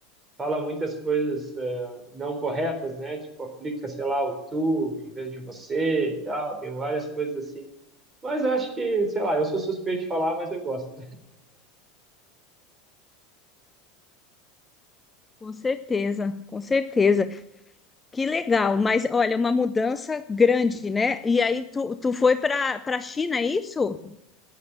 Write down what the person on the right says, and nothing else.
fala muitas coisas eh, não corretas, né? Tipo, aplica, sei lá, o tu em vez de você e tal. Tem várias coisas assim. Mas eu acho que, sei lá, eu sou suspeito de falar, mas eu gosto.